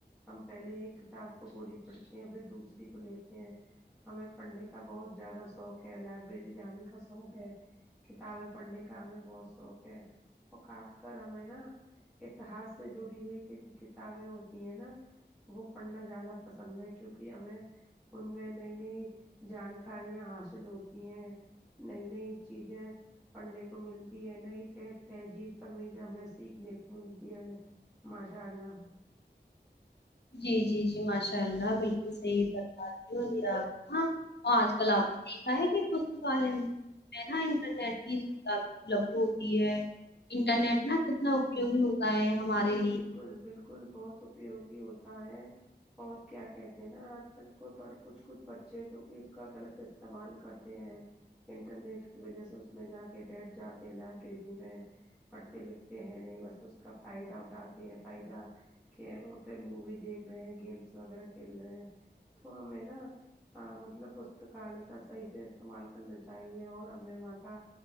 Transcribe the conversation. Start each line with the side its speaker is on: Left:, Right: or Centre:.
Centre: ہم پہلے ایک کتاب کو پوری پڑھتے ہیں پھر دوسری کو لیتے ہیں ہمیں پڑھنے کا بہت زیادہ شوق ہے لائبریری جانے کا شوق ہے کتابیں پڑھنے کا ہمیں بہت شوق ہے اور خاص کر ہمیں نا اتحاس سے جڑی ہوئی کت کتابیں ہوتی ہیں نا وہ پڑھنا زیادہ پسند ہے کیونکہ ہمیں ان میں نئی نئی جانکاریاں حاصل ہوتی ہیں نئی نئی چیزیں پڑھنے کو ملتی ہے نئ تہذیب تمیز ہمیں سیکھنے کو ملتی ہے ماشاء اللہ
Left: جی جی جی ماشاء اللہ بالکل صحیح فرمارہی ہے باجی آپ آج کل آپ نے دیکھا ہے کہ پستالیہ میں ہنا انٹرنیٹ کی لایف میں طلب ہوتی ہے انٹرنیٹ ہینا کتنا اپیوگی ہوتا ہے ہمارے
Centre: جی
Left: لیے
Centre: بالکل بالکل بہت اپیوگی ہوتا ہے اور کیا کہتے ہیں نا آج کل کو کچھ کچھ بچے جو کہ اس کا غلط اس استمعال کرتے ہیں انٹرنیٹ کی وجہ سے اس میں جا کے بیٹھ جاتے ہیں لائبریری میں پڑھتے لکھتے ہیں نہیں بس اس کا فائدہ اٹھاتے ہیں فائدہ کیمروں پہ مووی دیکھ رہے گیمس وغیرہ کھیل رہے ہیں تو ہمیں نا مطلب پستکالے کا صحیح سے استعمال کرنا چاہیے اور ہمیں وہاں کا